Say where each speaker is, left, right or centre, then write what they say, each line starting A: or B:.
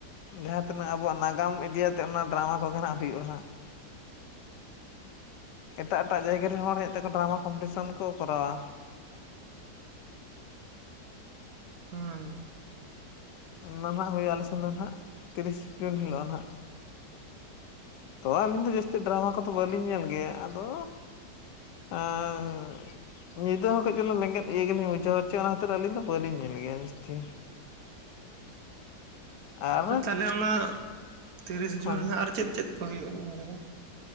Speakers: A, on the left; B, on the right.
A: ᱡᱟᱦᱟᱸ ᱛᱤᱱᱟᱹᱜ ᱟᱵᱚᱣᱟᱜ ᱱᱟᱜᱟᱢ ᱤᱫᱤᱭᱟᱛᱮᱫ ᱚᱱᱟ ᱰᱨᱟᱢᱟ ᱠᱚᱜᱮ ᱦᱟᱸᱜ ᱦᱩᱭᱩᱜᱼᱟ ᱦᱟᱸᱜ ᱮᱴᱟᱜ ᱮᱴᱟᱜ ᱡᱟᱭᱜᱟ ᱨᱮᱱ ᱦᱚᱲ ᱦᱮᱡ ᱛᱮᱠᱚ ᱰᱨᱟᱢᱟ ᱠᱚᱢᱯᱤᱴᱤᱥᱮᱱ ᱠᱚ ᱠᱚᱨᱟᱣᱟ
B: ᱦᱩᱸ
A: ᱚᱱᱟ ᱱᱟᱸᱦᱟᱜ ᱦᱩᱭᱩᱜᱼᱟ ᱟᱞᱮ ᱥᱮᱱ ᱫᱚ ᱦᱟᱸᱜ ᱛᱤᱨᱤᱥ ᱡᱩᱱ ᱦᱤᱞᱳᱜ ᱱᱟᱸᱜ ᱛᱚ ᱟᱹᱞᱤᱧ ᱫᱚ ᱡᱟᱹᱥᱛᱤ ᱰᱨᱟᱢᱟ ᱠᱚᱫᱚ ᱵᱟᱹᱞᱤᱧ ᱧᱮᱞ ᱜᱮᱭᱟ ᱟᱫᱚ ᱟᱸᱨ ᱧᱤᱫᱟᱹ ᱦᱚᱸ ᱠᱟᱹᱡᱽ ᱵᱮᱸᱜᱮᱫ ᱤᱭᱟᱹ ᱜᱮᱞᱤᱧ ᱵᱩᱡᱷᱟᱹᱣᱟ ᱪᱮ ᱚᱱᱟ ᱠᱷᱟᱹᱛᱤᱨ ᱟᱹᱞᱤᱧ ᱫᱚ ᱵᱟᱹᱞᱤᱧ ᱧᱮᱞ ᱜᱮᱭᱟ ᱡᱟᱹᱥᱛᱤ ᱟᱨ
B: ᱦᱮᱸ ᱛᱟᱦᱚᱞᱮ ᱚᱱᱟ ᱛᱤᱨᱤᱥ
A: ᱦᱟᱞᱮ
B: ᱡᱩᱱ ᱨᱮᱱᱟᱜ ᱟᱨ ᱱᱟᱸ ᱪᱮᱫ ᱪᱮᱫ ᱠᱚ ᱦᱩᱭᱩᱜᱼᱟ ᱩᱱ ᱡᱚᱠᱷᱚᱱ